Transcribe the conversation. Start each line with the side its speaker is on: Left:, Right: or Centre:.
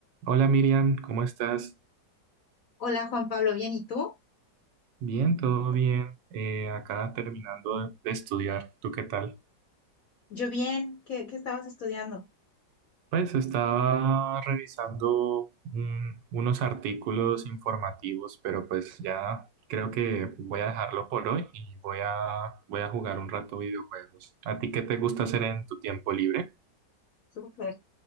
Right: Hola Miriam, ¿cómo estás?
Left: Hola Juan Pablo, ¿bien? ¿Y tú?
Right: Bien, todo bien. Eh, acá terminando de, de estudiar. ¿Tú qué tal?
Left: Yo bien, ¿qué, qué estabas estudiando?
Right: Pues estaba revisando un- unos artículos informativos, pero pues ya creo que voy a dejarlo por hoy y voy a, voy a jugar un rato videojuegos. ¿A ti qué te gusta hacer en tu tiempo libre?
Left: Súper.